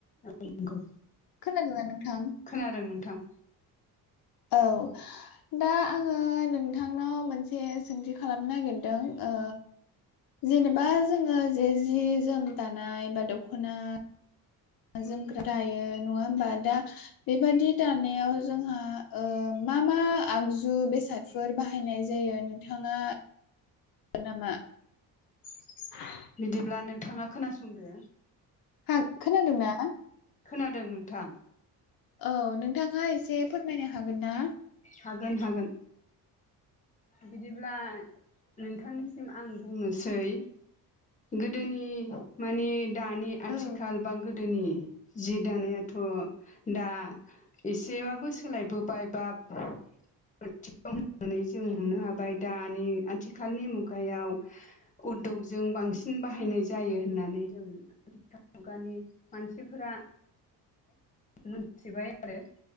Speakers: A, on the left (about 20°); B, on the left (about 70°).
A: नंगौ
B: खोनादोंना नोंथां?
A: खोनादों नोंथां।
B: औ। दा आङो नोंथांनाव मोनसे सोंथि खालामनो नागिरदों ओ। जेनेबा जोङो जे जि जोम दानाय बा दख'ना जोमग्रा दायो नङा होमबा दा? बेबि दानायाव जोंहा मा मा आगजु बेसाद फोर बाहायनाय जायो नोंथाङा। नामा? <inaudible>
A: बिदिब्ला नोंथाङा खोनासंदो।
B: हा खोनादों ना।
A: खोनादों नोंथां।
B: औ नोंथाङा एसे फोरमायनो हागोन ना?
A: हागोन हागोन। बिदिब्ला नोंथांनिसिम आं बुंनोसै गोदोनि मानि दानि आथिखाल
B: औ
A: बा गोदोनि जि दानायाथ' दा एसेबाबो सोलायबो बाय बाब खाथि होननानै <unintelligible> जों हमनो हाबाय दानि आथिखालनि मुगायाव उद्दगजों बांसिन बाहायनाय जायो होननानै जों गोदान <unintelligible> मुगानि मानसिफोरा मोनथिबाय आरो।